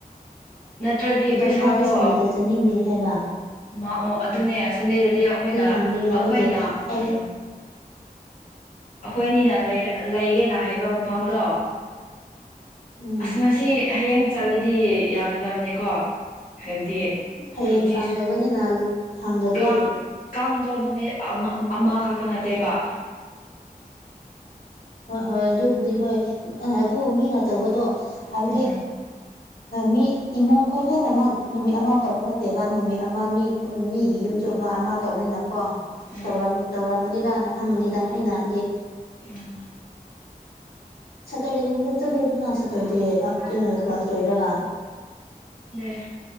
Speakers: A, on the left; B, on the left.
A: ꯅꯠꯇ꯭ꯔꯗꯤ
B: ꯑꯗꯣ
A: ꯄꯩꯁꯥꯗꯣ
B: ꯃꯥꯗꯤ ꯁꯟꯗꯦꯗ ꯆꯠꯅꯤꯡꯗꯦ ꯍꯥꯏꯕ
A: ꯃꯥ ꯑꯣ ꯑꯗꯨꯅꯦ ꯁꯟꯗꯦꯗꯗꯤ ꯑꯩꯈꯣꯏꯅ
B: ꯍꯪꯗꯦ ꯍꯥꯏꯕꯒꯤ
A: ꯑꯩꯈꯣꯏꯅ
B: ꯑꯩ
A: ꯎꯝ ꯑꯩꯈꯣꯏꯅꯤꯅ ꯂꯩꯒꯦꯅ ꯍꯥꯏꯕ ꯃꯐꯝꯗꯣ
B: ꯎꯝ
A: ꯃꯁꯤ ꯍꯌꯦꯡ ꯆꯠꯂꯗꯤ ꯌꯥꯒꯗ꯭ꯔ ꯌꯥꯗꯕꯅꯤꯀꯣ ꯍꯥꯏꯕꯗꯤ
B: ꯍꯌꯦꯡ
A: ꯁꯨꯇꯤ
B: ꯀꯥꯡ
A: ꯁꯨ
B: ꯑꯣꯏꯕꯅꯤꯅ ꯍꯥꯡꯗ꯭ꯔꯗꯤ
A: ꯀꯥꯡ ꯀꯥꯡꯗꯣ ꯅꯨꯃꯤꯠ ꯑꯃꯈꯛꯇ ꯅꯠꯇꯦꯕ
B: ꯍꯣꯏ ꯍꯣꯏ ꯑꯗꯨꯕꯨꯗꯤ ꯍꯣꯏ ꯑꯗꯨ ꯃꯤꯅ ꯇꯧꯕꯗꯣ ꯍꯥꯏꯕꯗꯤ
A: ꯎꯝ
B: ꯃꯤ ꯏꯃꯨꯡ ꯈꯣꯏꯂꯣꯢꯅꯃꯛ ꯅꯨꯃꯤꯠ ꯑꯃ ꯇꯧꯕ ꯅꯠꯇꯦꯕ ꯅꯨꯃꯤꯠ ꯑꯃ ꯃꯤ ꯃꯤꯒꯤ ꯌꯨꯝꯁꯨ ꯑꯃ ꯑꯃ ꯇꯧꯕꯅꯤꯅ ꯒꯣ
A: ꯎꯝ
B: ꯇꯧꯔꯝ ꯇꯧꯔꯝꯒꯅꯤꯔꯅ ꯈꯟꯕꯅꯤꯗ ꯑꯩꯅꯗꯤ
A: ꯎꯝ
B: ꯁꯇ꯭ꯔꯗꯦ ꯅꯨꯃꯤꯠꯇ ꯆꯠꯂꯨꯗꯅ ꯁꯇ꯭ꯔꯗꯦ ꯑꯥꯞꯇ꯭ꯔ ꯀ꯭ꯂꯥꯁ ꯂꯣꯏꯔꯒ
A: ꯑ <inaudible>